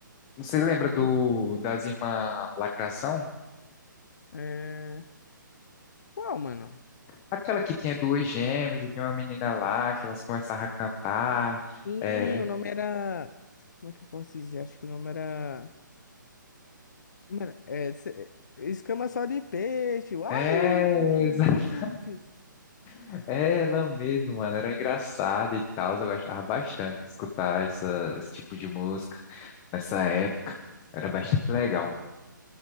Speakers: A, on the left; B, on the left.
A: Você lembra
B: Não tinha?
A: do das irmãs Lacração?
B: É... Qual, mano?
A: Aquela que tinha duas gêmeas e tinha uma menina lá que elas começavam a cantar.
B: Sim,
A: É,
B: o nome era. Como é que eu posso dizer? Acho que o nome era. Mano, é, cê- Escama só de peixe. Uai,
A: é,
B: ser
A: exatamente.
B: bruto.
A: É <laughs> ela mesma, mano. Era engraçada e tal. Eu gostava bastante de escutar essa, esse tipo de música nessa época. Era bastante legal.